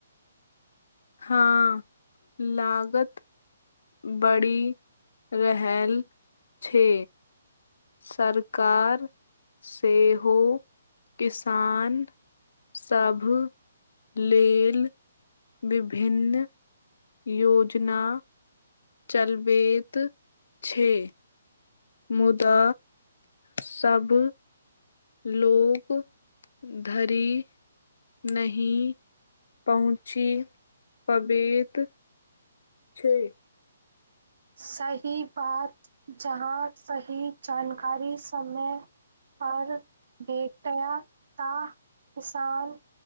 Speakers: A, on the left; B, on the right.
A: हँ लागत बढ़ि रहलल छै। सरकार सेहो किसान सभ लेल विभिन्न योजना चलबैत छै। मुदा सबब लोक धरि नी पहुँची पबत छै।
B: सही बात जहाँ सही जानकारी समय परर भेटय तऽ किसान